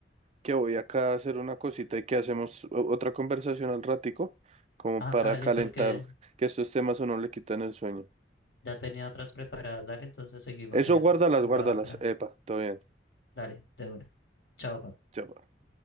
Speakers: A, on the right; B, on the left.
A: que voy acá a hacer una cosita y que hacemos o- otra conversación al ratico, como
B: Ah,
A: para
B: dale,
A: calentar,
B: porque
A: que estos temas o no le quitan el sueño.
B: ya tenía otras preparadas, dale, entonces seguimos
A: Eso,
B: en,
A: guárdalas,
B: en
A: guárdalas.
B: la otra.
A: Epa, todo bien.
B: Dale, de una. Chao, papá.
A: Chao. pues.